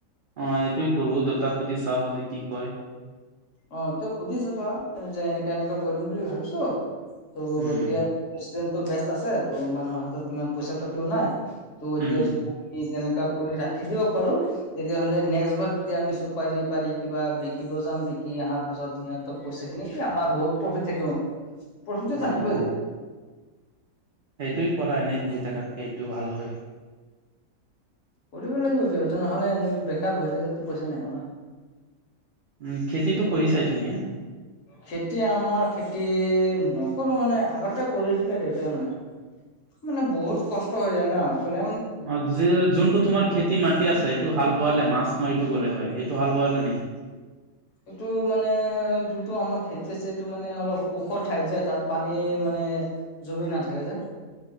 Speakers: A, on the right; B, on the left.
A: অ এইটোয়ে কৰো দেউতাক সুধি চাও আজি কি কয়
B: অ ত সুধি চাবা যে এনেকা এনেকা কৰিম বুলি ভাবিছো ত
A: উম
B: এতিয়া পেচিডেণ্টো বেষ্ট আছে ত' মানুহৰ হাতত ইমান পইচা পাতিও নাই ত' এতিয়া
A: উম
B: য দি তেনেকা কৰি ৰাখ খি দিব পাৰো তেতিয়াহ'লে নেক্সট বাৰ যেতিয়া আমি চুপাৰি পাৰি কিবা বিকিব যাম বিকি আহাত ত পাছত সিহঁতক পইচা খিনি আমাৰ বহুত প্ৰফিট থাকিব প্ৰফিটটো
A: অ
B: থাকিবই
A: অ সেইটোৱে কৰা এনেই ঘূৰি থকাতকে এইটো ভাল হয়
B: কৰিব লাগিব কিবা এটা নহলে এনে বেকাৰ বহি থাকিলেটো পইচা নাহিব ন
A: উ খেতিটো কৰি চাই তুমি হা
B: খেতি আমাৰ খেতি নকৰোঁ মানে আগতে কৰিছিলে দেউতাই মানে মানে বহুত কষ্ট হৈ যায় ন কলে
A: অ যে যোনটো তোমাৰ খেতি মাটি আছে সেইটো হাল বোৱালে মাছ মাৰিব গ'লে হয় এইটো হাল বোৱালে নেকি
B: এইটো মানে যোনটো আমাৰ খেতি আছে এইটো মানে অলপ ওখ ঠাইত যায় তাত পানী মানে জমি নাথাকে যে